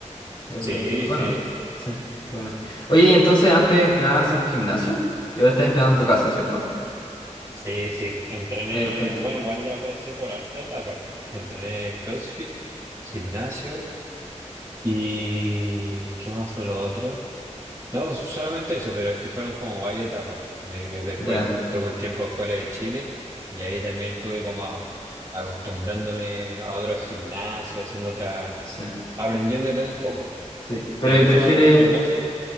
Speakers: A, on the left (about 45°); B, on the right (about 30°).
A: Eh,
B: Sí,
A: eh, bueno,
B: sí,
A: sí, qué buena. Oye, y entonces antes entrenabas en un gimnasio y ahora estás entrenando en tu casa, ¿cierto?
B: sí, sí. Entrené,
A: Ah, ya, perfecto.
B: bueno, igual ya pasé por harta etapa. Entrené CrossFit, gimnasio y ¿qué más fue lo otro? No, solamente eso, pero es que fueron como varias etapas. Eh, Después
A: Ya,
B: tuve un tiempo fuera de Chile y ahí también estuve como a- acostumbrándome a otros gimnasios, haciendo otras,
A: sí,
B: aprendiendo de todo un poco.
A: sí. Pero
B: ¿Y tú
A: ¿y prefieres...
B: solamente gimnasio?